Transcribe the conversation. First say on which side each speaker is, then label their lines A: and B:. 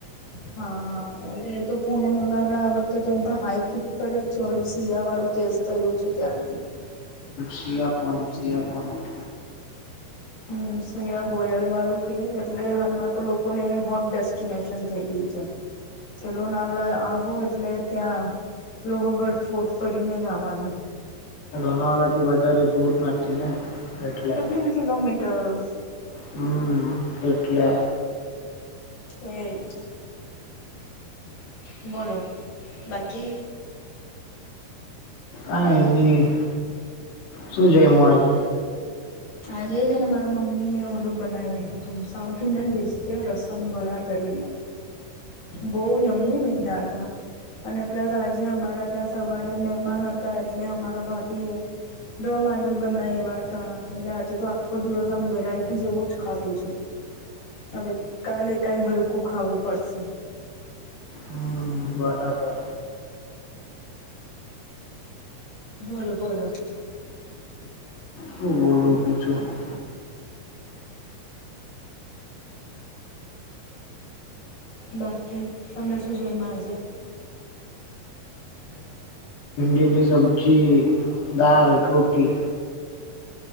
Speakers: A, on the left; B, on the left.
A: હા, હા. અરે, એ તો પુણે-લોનાવાલા આ વખતે તો હું પણ હાઈપિક પર જ ચોલું શિયા વાળું તે પૈલી છે, તે આરતી.
B: શિયા પોઈન્ટ, શિયા પોઈન્ટ.
A: હમ, સિયા ગોયલવાળું કે, એટલે હમણાં તો લોકોને હોટ ડેસ્ટિનેશન થઈ ગયા છે. લોનાવલા આવો એટલે ત્યાં લોહગઢ ફોર્ટ ફરીને જવાનું.
B: આનાથી વધારે ભૂર નથી ને. એટલે,
A: ફિફ્ટીન કિલોમીટર્સ
B: હમ, એટલે.
A: હમ. <unintelligible> બોલો, બાકી.
B: આવે ની, શું જમ્યા આજે?
A: હા, જે છે ને, મારા મમ્મી એ ઓલું બનાવ્યું હતું. સાઉથ ઇન્ડિયન ડિેશ છે, રસમ વડા કરીને. બહુ યમી બનયા હતા. અને પ્લસ, આજે અમારા ત્યાં સવારે મહેમાન હતા, એટલે અમારા ભાભીએ દમ આલુ બનાવ્યા હતા. એટલે, આજે તો આખો દિવસ આમ વેરાઈટી જેવું જ ખાધું છે. હવે, કાલે કંઈ હલકું ખાવું પડશે.
B: હમ. બરાબર.
A: બોલો, બોલો.
B: શું બોલો? તોક છું <unintelligible>
A: બાકી, તમે શું જમ્યા આજે? હ. <unintelligible>
B: ચીની સબ્જી, દાળ, રોટી.